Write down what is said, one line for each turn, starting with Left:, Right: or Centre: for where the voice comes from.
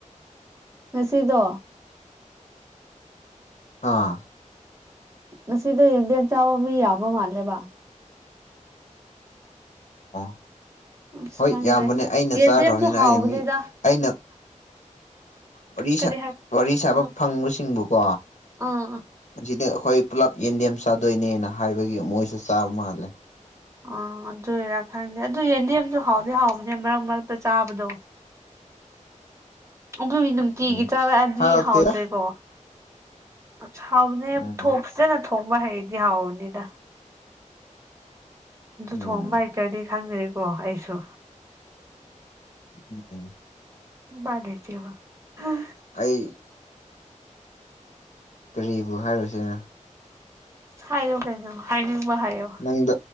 Right: ꯉꯁꯤꯗꯣ
Left: ꯑꯥ
Right: ꯉꯁꯤꯗ ꯌꯦꯟꯗꯦꯟ ꯆꯥꯕ ꯃꯤ ꯌꯥꯕ ꯃꯥꯜꯂꯦꯕ
Left: ꯑꯣ
Right: ꯑꯁ
Left: ꯍꯣꯏ
Right: ꯈꯪꯗꯦ
Left: ꯌꯥꯝꯕꯅꯦ ꯑꯩꯅ
Right: ꯌꯦꯟꯗꯦꯝꯁꯨ
Left: ꯆꯥꯈ꯭ꯔꯕꯅꯤꯅ
Right: ꯍꯥꯎꯕꯅꯤꯗ
Left: ꯑꯩꯅ ꯃꯤ ꯑꯩꯅ ꯋꯥꯔꯤ
Right: ꯀꯔꯤ ꯍꯥꯏ
Left: ꯋꯥꯔꯤ ꯁꯥꯕ
Right: ꯎꯝ
Left: ꯐꯪꯕꯁꯤꯡꯕꯨꯀꯣ
Right: ꯑꯥ
Left: ꯁꯤꯗꯤ ꯑꯩꯈꯣꯏ ꯄꯨꯜꯂꯞ ꯌꯦꯟꯗꯦꯝ ꯆꯥꯗꯣꯏꯅꯦꯅ ꯍꯥꯏꯕꯒꯤ ꯃꯣꯏꯁꯨ ꯆꯥꯕ ꯃꯥꯜꯂꯦ
Right: ꯑ ꯑꯗꯨ ꯑꯣꯏꯔꯥ ꯈꯪꯗꯦ ꯑꯗꯨ ꯌꯦꯟꯗꯦꯝꯁꯨ ꯍꯥꯎꯗꯤ ꯍꯥꯎꯕꯅꯦ ꯃꯔꯛ ꯃꯔꯛꯇ ꯆꯥꯕꯗꯣ ꯑꯗꯨꯒꯤ ꯅꯨꯡꯇꯤꯒꯤ
Left: ꯎꯝ
Right: ꯇꯥꯔꯛꯑꯗꯤ
Left: ꯍꯥꯎꯇꯦꯗ
Right: ꯍꯥꯎꯗ꯭ꯔꯦꯀꯣ ꯑ ꯍꯥꯎꯕꯅꯦ ꯊ
Left: ꯎꯝ
Right: ꯊꯣꯛ ꯐꯖꯅ ꯊꯣꯡꯕ ꯍꯩꯗꯤ ꯍꯥꯎꯕꯅꯤꯗ ꯑꯗꯨ
Left: ꯎꯝ
Right: ꯊꯣꯡꯕ ꯍꯇꯔꯗꯤ ꯈꯪꯗꯔꯤꯀꯣ ꯑꯩꯁꯨ
Left: ꯑꯗꯨꯗꯣ
Right: ꯎꯄꯥꯏ ꯂꯩꯇꯦꯕ ꯑꯍ
Left: ꯑꯩ ꯀꯔꯤꯕꯨ ꯍꯥꯏꯔꯨꯁꯤꯅ
Right: ꯍꯥꯏꯌꯨ ꯀꯩꯅꯣ ꯍꯥꯏꯅꯤꯡꯕ ꯍꯥꯏꯌꯣ꯫
Left: ꯅꯪꯗꯣ